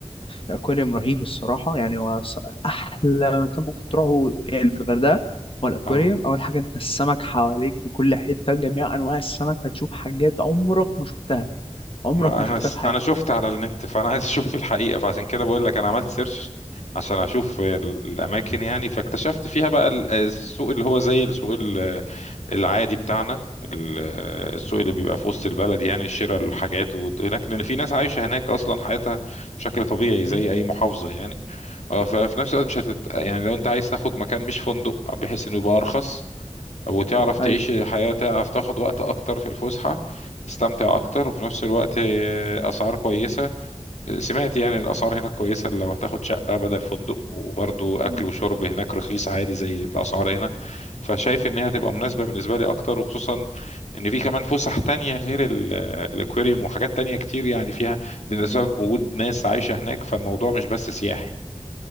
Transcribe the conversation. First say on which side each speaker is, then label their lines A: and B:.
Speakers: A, on the left; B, on the left.
A: الأكواريوم رهيب الصراحة يعني هو ص- أحلى مكان ممكن تروحه يعني في الغردقة هو الأكواريوم
B: اه
A: أول حاجة أنت السمك حواليك في كل حتة جميع أنواع السمك هتشوف حاجات عمرك ما شفتها عمرك
B: ما
A: ما
B: انا
A: شفتها
B: س...
A: في حياتك
B: انا شفت على النت فانا عايز اشوف <laughs> الحقيقه فعشان كده بقول لك انا عملت سيرش عشان اشوف ال- الاماكن يعني فاكتشفت فيها بقى ال- السوق اللي هو زي السوق ال- العادي بتاعنا ال- السوق اللي بيبقى في وسط البلد يعني شراء الحاجات وهناك لان في ناس عايشه هناك اصلا حياتها بشكل طبيعي زي
A: مم.
B: اي محافظه يعني اه ففي نفس الوقت مش هتت... يعني لو انت عايز تاخد مكان مش فندق بحيث انه يبقى ارخص وتعرف تعيش
A: أيوه
B: الحياة تعرف تاخد وقت أكتر في الفسحة تستمتع أكتر وفي نفس الوقت آه، أسعار كويسة سمعت يعني الأسعار هناك كويسة لو هتاخد شقة بدل فندق وبرضو أكل
A: مم.
B: وشرب هناك رخيص عادي زي الأسعار هنا فشايف إن هي هتبقى مناسبة بالنسبة لي أكتر وخصوصا إن في كمان فسح تانية غير ال- الأكواريوم وحاجات تانية كتير يعني فيها بالنسبة وجود ناس عايشة هناك فالموضوع مش بس سياحي